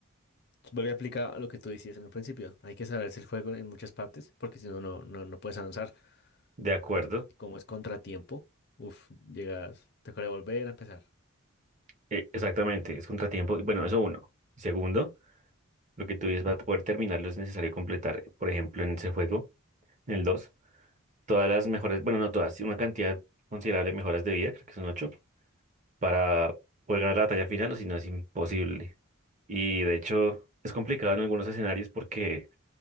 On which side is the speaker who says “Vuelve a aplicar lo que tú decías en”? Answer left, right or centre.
Left